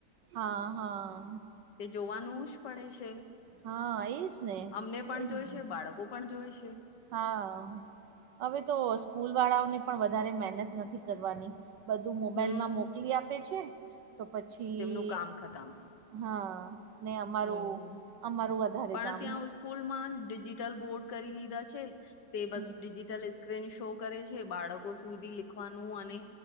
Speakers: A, on the right; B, on the left.
A: હા હા.
B: તે જોવાનું જ પડે છે.
A: હા એજ ને
B: અમને પણ
A: એજ
B: જોઈ
A: ને
B: છે, બાળકો પણ જોય છે‌‌.
A: હા હવે તો સ્કૂલ વાળાઓને પણ વધારે મહેનત નથી કરવાની. બધુ મોબાઈલમાં
B: હમ
A: મોકલી આપે છે, તો પછી
B: તેમનું કામ ખતમ
A: હા, ને અમારું
B: હમ
A: અમારું વધારે
B: પણ
A: કામ
B: ત્યાં સ્કૂલમાં ડિજિટલ બોર્ડ કરી લીધા છે, તે બસ
A: હમ
B: ડિજિટલ સ્ક્રીન શો કરે છે, બાળકો સુધી લીખવાનું અને